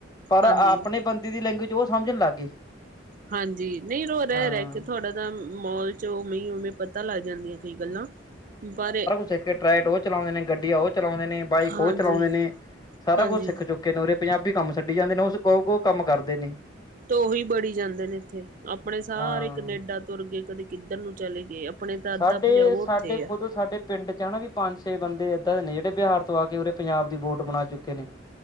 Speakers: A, on the left; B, on the right.
A: ਪਰ
B: ਹਾਂਜੀ
A: ਆਪਣੇ ਬੰਦੇ ਦੀ ਲੈਂਗੁਏਜ ਉਹ ਸਮਝਣ ਲੱਗ ਗਏ
B: ਹਾਂਜੀ, ਨਹੀਂ ਰ ਉਹ ਰਹਿ-
A: ਹਾਂ
B: ਰਹਿ ਕੇ ਤੁਹਾਡਾ ਤਾਂ ਮੋਲ ਚ ਉਹ ਉਵੇਂ ਪਤਾ ਲੱਗ ਜਾਂਦੀਆਂ ਕਈ ਗੱਲਾਂ ਪਰਾਰੇ
A: ਤੇ ਟਰੈਟਰ ਉਹ ਚਲਾਉਂਦੇ ਨੇ, ਗੱਡੀਆਂ ਉਹ ਚਲਾਉਦੇ ਨੇ, ਬਾਈਕ
B: ਹਾਂਜੀ
A: ਉਹ ਚਲਾਉਂਦੇ ਨੇ, ਸਾਰਾ
B: ਹਾਂਜੀ
A: ਕੁਛ ਸਿੱਖ ਚੁੱਕੇ ਉਰੇ ਪੰਜਾਬੀ ਕੰਮ ਛੱਡੀ ਜਾਂਦੇ ਨੇ, ਉਹ ਉਹ ਕੰਮ ਕਰਦੇ ਨੇ।
B: ਤੇ ਉਹੀ ਬੜੀ ਜਾਂਦੇ ਨੇ ਇੱਥੇ, ਆਪਣੇ ਸਾਰੇ
A: ਹਾਂ
B: ਕਨੇਡਾ ਤੁਰਗੇ। ਕਦੇ ਕਿੱਧਰ ਨੂੰ ਚਲੇ ਗਏ, ਆਪਣੇ ਤਾਂ ਅੱਧਾ
A: ਸਾਡੇ
B: ਪੰਜਾਬ
A: ਸਾਡੇ
B: ਉੱਥੇ
A: ਖੁਦ
B: ਆ।
A: ਸਾਡੇ ਪਿੰਡ ਚ ਹੈਨਾ ਵੀ ਪੰਜ ਛੇ ਬੰਦੇ ਏਦਾਂ ਦੇ ਨੇ, ਜਿਹੜੇ ਬਿਹਾਰ ਤੋਂ ਆ ਕੇ ਉਰੇ ਪੰਜਾਬ ਦੀ ਬੋਟ ਬਣਾ ਚੁੱਕੇ ਨੇ।